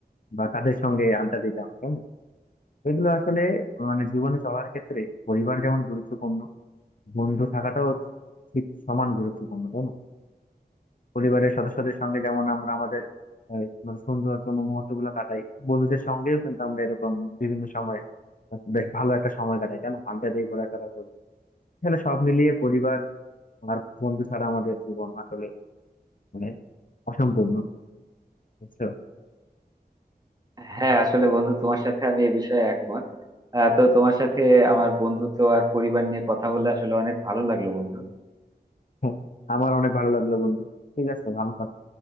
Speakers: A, on the left; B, on the right.
A: বা কাদের সঙ্গে আড্ডা দিতাম তাই না এগুলো আসলে মানে জীবনে চলার ক্ষেত্রে পরিবার যেমন গুরুত্বপূর্ণ বন্ধু থাকাটাও ঠিক সমান গুরুত্বপূর্ণ তাই না পরিবারের সদস্যদের সঙ্গে যেমন আমরা আমাদের আহ, মানে সুন্দরতম মুহূর্ত গুলো কাটাই বন্ধুদের সঙ্গেও কিন্তু আমরা এরকম বিভিন্ন সময় বেশ ভালো একটা সময় কাটাই তাই না আড্ডা দিয়ে ঘোরাফেরা করি তাহলে সব মিলিয়ে পরিবার আর বন্ধু ছাড়া আমাদের জীবন আসলে মানে অসম্পূর্ণ বুঝছো
B: হ্যাঁ আসলে বন্ধু তোমার সাথে আমি এ বিষয়ে একমত আহ, তো তোমার সাথে আমার বন্ধুত্ব আর পরিবার নিয়ে কথা বলে আসলে অনেক ভালো লাগলো বন্ধু
A: হ্যাঁ, আমার অনেক ভালো লাগলো বন্ধু ঠিক আছে ভালো থাকো